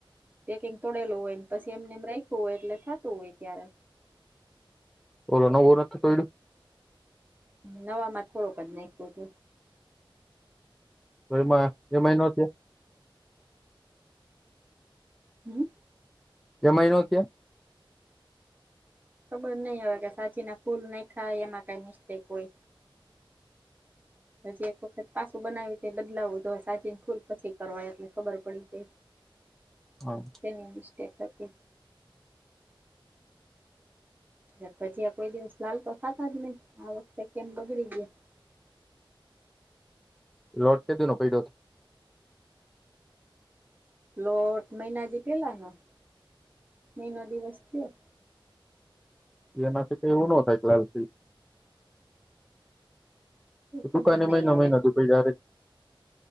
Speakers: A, on the right; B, in the centre.
A: પેકિંગ તોડેલું હોય ને પછી એમને એમ રાયખું હોય એટલે થતું હોય ક્યારેક.
B: ઓલો તો ઓળખ એ પયડો.
A: નવા માં થોડોક જ નાયખો તો.
B: તો એમાં એમા ય નો થયો?
A: હમ્મ?
B: એમાંય નો થ્યો?
A: ખબર નહી હવે કે સાચીના ફૂલ નાયખાં હોય એમાં કઈ મિસ્ટેક હોય.
B: <inaudible>
A: હજી એક વખત પાછું બનાવી તે બદલાવું જો સાચી ને ફૂલ પછી કરવાય એટલે ખબર પડી જાય.
B: હા.
A: તેની મિસ્ટેક હતી. ને પછી આ કોઈ દિવસ લાલપ ખાતા જ નહી આ વખતે કેમ બગડી ગયા.
B: લોટ કે દિ નો પૈડો હોત.
A: લોટ મહિનાથી પેલાનો મહિનો દિવસ થયો.
B: એનાથી કઈ એવું નો થાય કલાક થી. એ
A: ખબર
B: દુકાનએ
A: નઈ
B: મહિનો
A: હવે
B: મહિના દૂ પૈડા રહે.